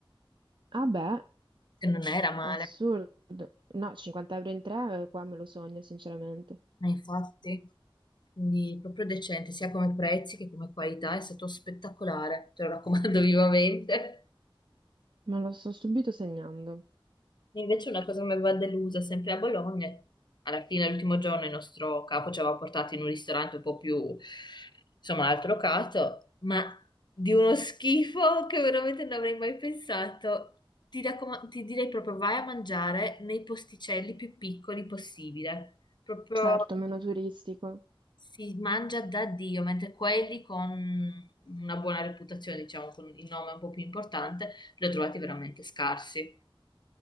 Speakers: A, on the right; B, on the left.
A: Ah beh,
B: che non era male.
A: assurdo. No, 50 euro in tre, eh, qua me lo sogno, sinceramente.
B: Ma infatti, quindi proprio decente, sia come prezzi che come qualità, è stato spettacolare, te lo raccomando <laughs> vivamente.
A: Me lo sto subito segnando.
B: E Invece una cosa che mi aveva delusa, sempre a Bologna, alla fine, l'ultimo giorno, il nostro capo ci aveva portato in un ristorante un po' più, insomma, alto locato, ma di uno schifo che veramente non avrei mai pensato. Ti, raccoma- ti direi proprio vai a mangiare nei posticelli più piccoli possibile. Proprio...
A: Certo, meno turistico.
B: si mangia da Dio, mentre quelli con una buona reputazione, diciamo, con il nome un po' più importante, li ho trovati veramente scarsi.